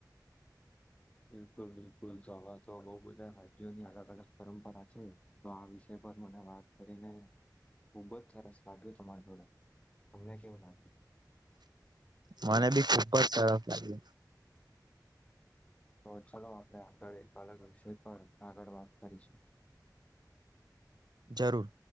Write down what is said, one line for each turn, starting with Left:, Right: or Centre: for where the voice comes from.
Left: બિલકુલ બિલકુલ તોવા તો બોવ બધા રાજ્યોની અલગ અલગ પરંપરા છે, તો આ વિષય પર મને વાત કરીને ખુબ જ સરસ લાગ્યું તમારા જોડે તમનેં કેવુ લાગ્યું
Right: મને બી ખુબ જ સરસ લાગ્યું
Left: તો ચલો આપણે આગળ એક અલગ વિષય પર આગળ વાત કરીશું
Right: જરૂર.